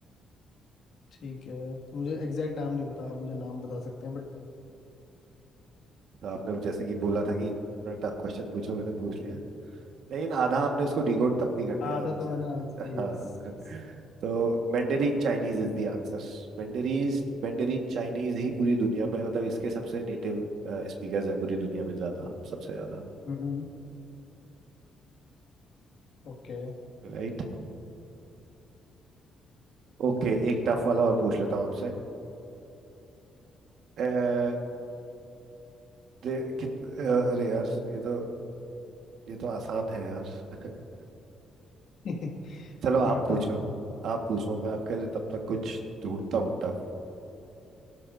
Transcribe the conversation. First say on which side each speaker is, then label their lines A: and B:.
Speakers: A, on the left (about 65°); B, on the right (about 70°).
A: ठीक है तो मुझे एग्जैक्ट नाम नहीं पता मुझे नाम बता सकते हैं बट
B: तो आपने जैसे कि बोला था कि टफ क्वेश्चन पूछो मैंने पूछ लिया लेकिन आधा आपने उसको डिकोड तब भी कर दिया
A: आधा तो मैंने आंसर
B: हाँ
A: यस
B: तो Mandarin Chinese is the answer Mandarins Mandarin Chinese ही पूरी दुनिया में मतलब इसके सबसे नेटिव स्पीकर्स है पूरी दुनिया में ज्यादा सबसे ज्यादा
A: हम्म ओके
B: राइट ओके एक टफ वाला और पूछ लेता हूँ आपसे अ, दे कित अ, अरे यार ये तो ये तो आसान है यार <laughs>
A: <laughs>
B: चलो आप
A: थोड़ा
B: पूछो
A: टफ
B: आप पूछो मैं आपके लिए तब तक कुछ ढूंढता हूँ टफ